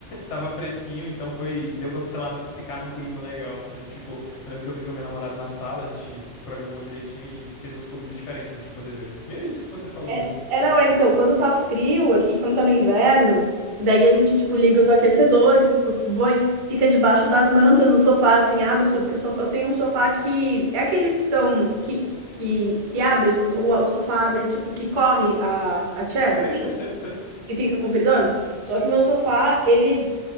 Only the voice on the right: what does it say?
É,
é, não, é, então, quando tá frio aqui, quando tá no inverno, daí a gente, tipo, liga os aquecedores, p- põe, fica debaixo das mantas no sofá, assim, abre, só porque o sofá, eu tenho um sofá que, é aqueles que são, que, que, que abre, o, so- o o sofá abre, tipo, que corre a, a chair,
assim.
E fica compridona. Só que meu sofá, ele,